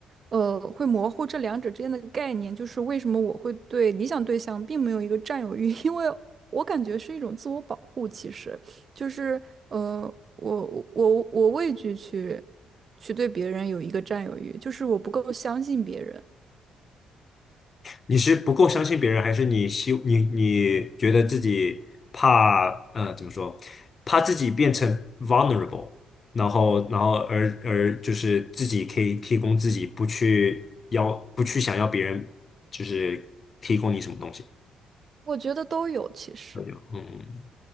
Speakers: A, on the right (about 45°); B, on the left (about 40°).
A: 呃，会模糊这两者之间的概念，就是为什么我会对理想对象并没有一个占有欲，<laughs> 因为我感觉是一种自我保护。其实，就是呃，我我我我畏惧去去对别人有一个占有欲，就是我不够相信别人。
B: 你是不够相信别人，还是你希你你觉得自己怕呃怎么说，怕自己变成 vulnerable，然后然后而而就是自己可以提供自己，不去要不去想要别人就是提供你什么东西。
A: 我觉得都有，其实
B: 都有，嗯